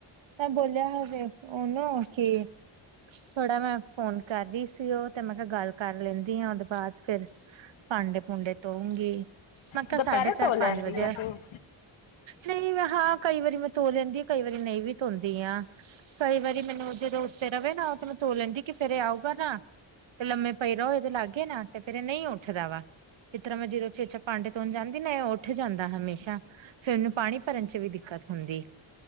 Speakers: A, on the right; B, on the left.
A: ਤਾਂ ਬੋਲਿਆ ਹੋਵੇ ਉਹਨੂੰ ਕਿ ਥੋੜਾ ਮੈਂ ਫੋਨ ਕਰ ਰੀ ਸੀ ਉਹ ਤੇ ਮੈਂ ਕਿਹਾ ਗੱਲ ਕਰ ਲੈਂਦੀ ਹਾਂ ਉ ਬਾਦ ਫੇਰ ਭਾਂਡੇ ਭੂੰਡੇ ਤੋਉਂਗੀ। ਮਕਾ
B: ਦੁਪਹਿਰੇ
A: ਸਾਢੇ ਚਾਰ,
B: ਧੋ ਲੈਂਦੀ
A: ਪੰਜ ਵਜਿਆ
B: ਆ
A: ਏ।
B: ਤੂੰ
A: ਨਈ ਮੈਂ ਹਾਂ ਕਈ ਵਾਰੀ ਮੈਂ ਧੋ ਲੈਂਦੀ ਆ ਕਈ ਵਾਰੀ ਨਹੀਂ ਵੀ ਧੋਂਦੀ ਆ। ਕਈ ਵਾਰੀ ਮੈਨੂੰ ਜਦੋਂ ਉੱਤੇ ਰਹੇ ਨਾ ਉਹ ਤੇ ਮੂੰ ਤੋ ਲੈਂਦੀ ਕਿ ਫੇਰ ਆਊਗਾ ਨਾ। ਤੇ ਲੰਮੇ ਪਏ ਰਹੋ ਇਹਦੇ ਲਾਗੇ ਏ ਨਾ ਤੇ ਫੇਰ ਇਹ ਨੀ ਉੱਠਦਾ ਵਾ ਜਿਸ ਤਰ੍ਹਾਂ ਮੈਂ ਜੀਰੋ ਚੇਚਾ ਪਾਂਡੇ ਧੋਨ ਜਾਂਦੀ ਨਾ ਉੱਠ ਜਾਂਦਾ ਹਮੇਸ਼ਾ ਫੇਰ ਇੰਨ ਪਾਣੀ ਭਰਨ ਚ ਵੀ ਦਿੱਕਤ ਹੁੰਦੀ।